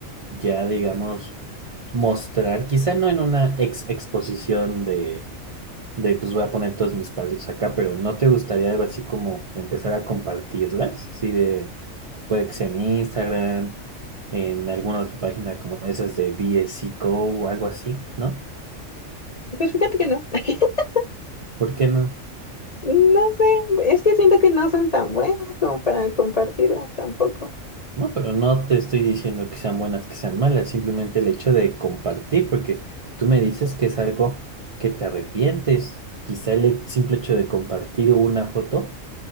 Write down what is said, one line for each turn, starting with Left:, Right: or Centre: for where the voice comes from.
Right: ya, digamos, mostrar, quizá no en una ex exposición de, de, pues voy a poner todos mis cuadritos acá, pero ¿no te gustaría algo así como empezar a compartirlas? Así de, puede que sea en Instagram, en alguna otra página como esas de BSC Co o o algo así, ¿no?
Left: Pues fíjate que no. <laughs>
Right: ¿Por qué no?
Left: No sé, es que siento que no son tan buenas como para compartirlas tampoco.
Right: No, pero no te estoy diciendo que sean buenas, que sean malas, simplemente el hecho de compartir, porque tú me dices que es algo que te arrepientes. Quizá el he- simple hecho de compartir una foto